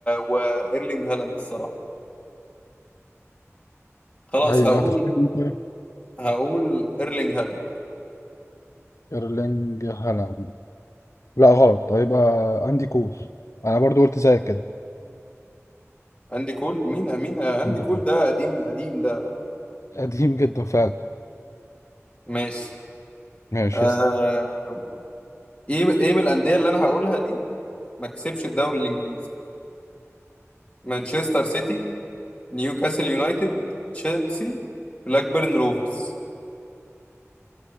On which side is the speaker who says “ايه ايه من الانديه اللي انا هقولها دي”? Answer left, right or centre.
Left